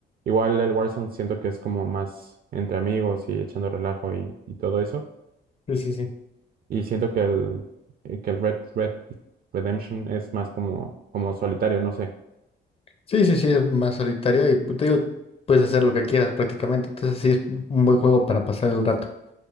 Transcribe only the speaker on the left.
Sí, sí, sí.
Sí, sí, sí, es más solitario y pues, te digo, puedes hacer lo que quieras prácticamente. Entonces sí, es un buen juego para pasar el rato.